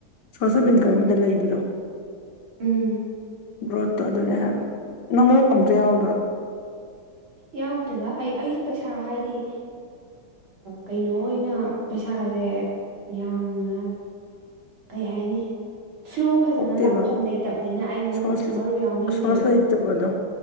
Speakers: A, on the left; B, on the right.
A: ꯁꯣꯔꯁ ꯑꯣꯐ ꯏꯟꯀꯝ ꯑꯃꯗ ꯂꯩꯕ꯭ꯔꯣ
B: ꯎꯝ
A: ꯒ꯭ꯔꯣꯠꯇꯣ ꯑꯗꯨꯅꯦ ꯍꯥꯏꯕ ꯅꯃꯣ ꯑꯝꯇ ꯌꯥꯎꯗ꯭ꯔꯥ
B: ꯌꯥꯎꯗꯗ ꯑꯩ ꯑꯩ ꯄꯩꯁꯥ ꯍꯥꯏꯗꯤ ꯀꯩꯅꯣ ꯑꯣꯏꯅ ꯄꯩꯁꯥꯁꯦ ꯌꯥꯝꯅ ꯀꯩ ꯍꯥꯏꯅꯤ ꯐ꯭ꯂꯣ ꯐꯖꯅ
A: ꯄꯣꯛꯇꯦꯕ
B: ꯂꯥꯛꯐꯝ ꯂꯩꯇꯕꯅꯤꯅ ꯑꯩ ꯃꯔꯨ
A: ꯁꯣꯔꯁ
B: ꯃꯔꯨꯞ ꯌꯥꯎꯅꯤꯡꯗꯦꯕ
A: ꯁꯣꯔꯁ ꯂꯩꯇꯕꯗꯣ